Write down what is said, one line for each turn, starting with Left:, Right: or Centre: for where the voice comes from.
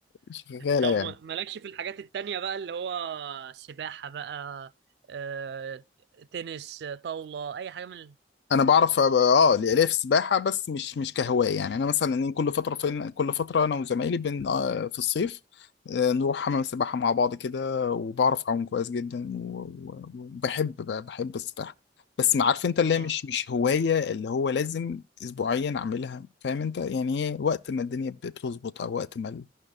Left: شغالة
Right: طب
Left: يعني
Right: ما- مالكش في الحاجات التانية بقى اللي هو سباحة بقى آه، تنس آه، طاولة أي حاجة من ال-
Left: أنا بعرف أبقى- أه ليا ليا في السباحة بس مش مش كهواية يعني أنا مثلا إن كل فترة فين كل فترة أنا وزمايلي بن آه، في الصيف آه، نروح حمام السباحة مع بعض كده وبعرف أعوم كويس جدا و- و- وبحب ب- بحب السباحة بس ما عارف أنت اللي
Right: آه
Left: هي مش مش هواية اللي هو لازم أسبوعيا أعملها فاهم أنت يعني هي وقت ما الدنيا بت- بتظبط أو وقت ما ال-